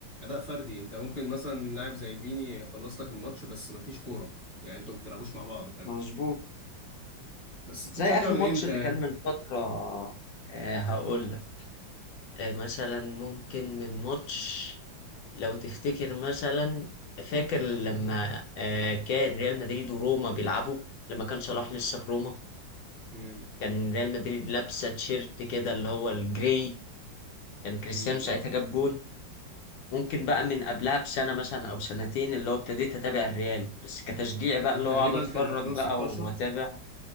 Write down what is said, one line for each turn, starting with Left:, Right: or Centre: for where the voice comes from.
Right: فردي أنت ممكن مثلا لاعب زي فيني يخلص لك الماتش بس مفيش كورة يعني أنتوا ما بتلعبوش مع بعض فاهم
Left: مظبوط
Right: بس أنتوا
Left: زي
Right: بتشجع
Left: آخر
Right: من
Left: ماتش
Right: إمتى
Left: اللي كان
Right: يعني
Left: من فترة آه هقول لك آه مثلا ممكن من ماتش لو تفتكر مثلا فاكر لما آه كان ريال مدريد وروما بيلعبوا لما كان صلاح لسه في روما
Right: امم
Left: كان ريال مدريد لابسة تيشيرت كده اللي هو الجري كان كريستيانو
Right: امم
Left: ساعتها جاب جون ممكن بقى من قبلها بسنة مثلا أو سنتين اللي هو ابتديت أتابع الريال بس كتشجيع
Right: ده
Left: بقى
Right: كان
Left: اللي
Right: تقريبا
Left: هو أقعد أتفرج
Right: كان 2016
Left: بقى وأتابع